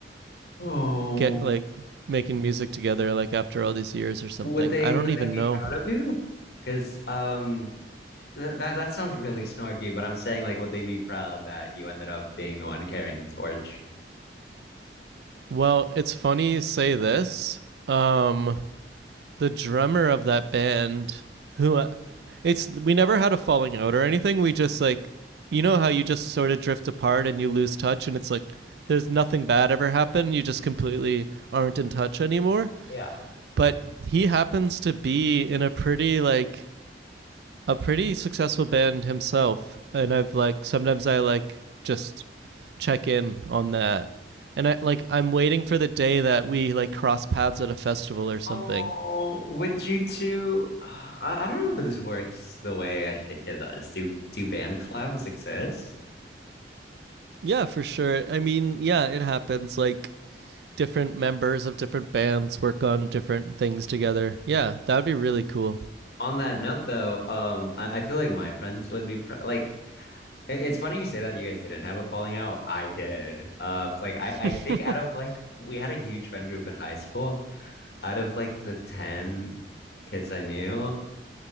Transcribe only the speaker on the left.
oh,
would they
would
they be
proud of you? Because um, Th- that that sounds really snarky, but I'm saying like would they be proud that you ended up being the one carrying the torch?
Yeah.
Oh, would you two? <sighs> I, I don't know that this works the way I think it does. Do do band collabs exist?
On that note, though, um, I, I feel like my friends would be pr like. it- It's funny you say that you guys didn't have a falling out. I did. Uh, like I,
I think out of like we had a huge friend group in high school. Out of like the ten kids I knew,